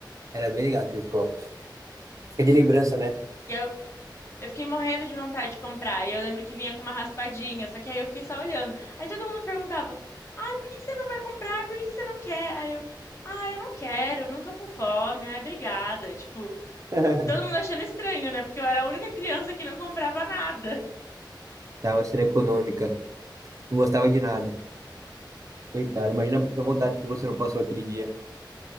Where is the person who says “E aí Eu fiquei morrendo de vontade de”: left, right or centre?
Left